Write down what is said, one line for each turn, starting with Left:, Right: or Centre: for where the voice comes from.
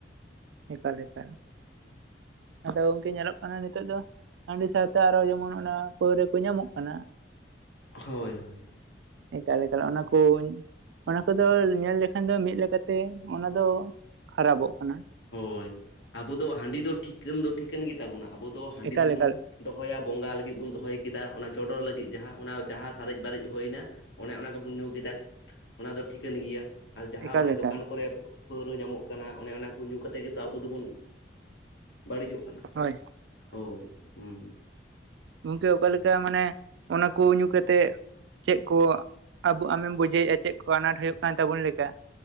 Right: ᱮᱠᱟᱞ ᱮᱠᱟᱞ
Left: ᱩᱸ
Right: ᱟᱫᱚ ᱜᱚᱝᱠᱮ ᱧᱮᱞᱚᱜ ᱠᱟᱱᱟ ᱱᱤᱛᱚᱜ ᱫᱚ ᱦᱟᱺᱰᱤ ᱥᱟᱶᱛᱮ ᱟᱨᱚ ᱡᱮᱢᱚᱱ ᱚᱱᱟ ᱯᱟᱹᱣᱨᱟᱹ ᱠᱚ ᱧᱟᱢᱚᱜ ᱠᱟᱱᱟ
Left: ᱦᱳᱭ ᱦᱳᱭ
Right: ᱮᱠᱟᱞ ᱮᱠᱟᱞ ᱚᱱᱟ ᱠᱚ ᱠᱩᱧ ᱚᱱᱟ ᱠᱚ ᱫᱚ ᱧᱮᱞ ᱞᱮᱠᱷᱟᱱ ᱫᱚ ᱢᱤᱫ ᱞᱮᱠᱟ ᱛᱮ ᱚᱱᱟ ᱫᱚ ᱠᱷᱟᱨᱟᱯᱚᱜ ᱠᱟᱱᱟ
Left: ᱦᱳᱭ ᱟᱵᱚ ᱫᱚ ᱦᱟᱺᱰᱤ ᱫᱚ ᱴᱷᱤᱠᱟᱹᱱ ᱫᱚ ᱴᱷᱤᱠᱟᱹᱱ ᱜᱮ ᱛᱟᱵᱚᱱᱟ ᱟᱵᱚ ᱫᱚ ᱦᱟᱺᱰᱤ
Right: ᱮᱠᱟᱞ
Left: ᱫᱚ ᱵᱚᱱ
Right: ᱮᱠᱟᱞ
Left: ᱫᱚᱦᱚᱭᱟ ᱵᱚᱸᱜᱟ ᱞᱟᱹᱜᱤᱫ ᱵᱚᱱ ᱫᱚᱦᱚᱭ ᱠᱮᱫᱟ ᱚᱱᱟ ᱪᱚᱰᱚᱨ ᱞᱟᱹᱜᱤᱫ ᱡᱟᱸᱦᱟ ᱚᱱᱟ ᱡᱟᱸᱦᱟ ᱥᱟᱨᱮᱡ ᱵᱟᱨᱮᱡ ᱦᱩᱭᱱᱟ ᱚᱱᱮ ᱚᱱᱟ ᱜᱮ ᱵᱚᱱ ᱧᱩ ᱠᱮᱫᱟ ᱚᱱᱟ ᱫᱚ ᱴᱷᱤᱠᱟᱹᱱ ᱜᱮᱭᱟ ᱟᱨ ᱡᱟᱸᱦᱟ
Right: ᱮᱠᱟᱞ
Left: ᱚᱱᱮ
Right: ᱮᱠᱟᱞ
Left: ᱫᱚᱠᱟᱱ ᱠᱚᱨᱮ ᱯᱟᱹᱣᱨᱟᱹ ᱧᱟᱢᱚᱜ ᱠᱟᱱᱟ ᱚᱱᱮ ᱚᱱᱟ ᱠᱚ ᱧᱩ ᱠᱟᱛᱮ ᱜᱮ ᱛᱚ ᱟᱵᱚ ᱫᱚ ᱵᱚᱱ ᱵᱟᱹᱲᱤᱡᱚᱜ ᱠᱟᱱᱟ
Right: ᱦᱳᱭ
Left: ᱦᱳᱭ ᱦᱩᱸ
Right: ᱜᱚᱝᱠᱮ ᱚᱠᱟ ᱞᱮᱠᱟ ᱢᱟᱱᱮ ᱚᱱᱟ ᱠᱚ ᱧᱩ ᱠᱟᱛᱮᱜ ᱪᱮᱫ ᱠᱚ ᱟᱵᱚ ᱟᱢᱮᱢ ᱵᱩᱡᱷᱟᱹᱣ ᱟ ᱪᱮᱫ ᱠᱚ ᱟᱱᱟᱴ ᱦᱩᱭᱩᱜ ᱠᱟᱱ ᱛᱟᱵᱚᱱ ᱞᱮᱠᱟ